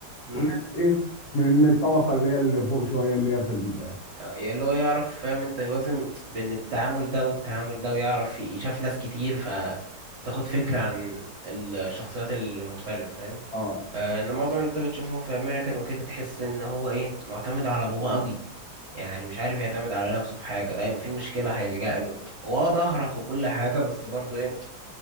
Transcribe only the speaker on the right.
مم.
اللي هو يعرف فاهم انت يوازن بين التعامل ده والتعامل ده ويعرف يشاف ناس كتير فتاخد فكرة عن الشخصيات المختلفة فاهم
آه، لان معظم اللي انت بتشوفهم في امريكان وكده تحس ان هو ايه معتمد على باباه قوي يعني مش عارف يعتمد على نفسه في حاجه دايما في مشكله هيلجأ له هو آه، ظهرك وكل حاجه بس برضه ايه